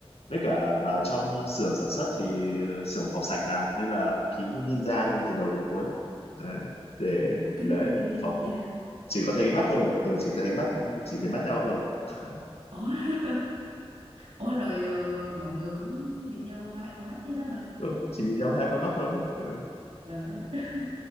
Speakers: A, on the left; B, on the right.
A: với cả vào
B: ờ.
A: trong xưởng sản xuất thì ờ, xưởng phòng sạch mà nên là kín như ninja luôn từ đầu đến cuối Đấy, để
B: À, ủa kính
A: để
B: kính nhìn
A: phòng
B: vậy.
A: chỉ có thấy cái mắt thôi ừ, chỉ thấy mắt chỉ thấy mắt nhau thôi Đấy.
B: Ủa, ủa rồi ờ, mọi người cũng nhìn nhau qua hai con mắt thế đó hả?
A: ừ, chỉ nhìn nhau hai con mắt thôi Ừ.
B: Trời ơi.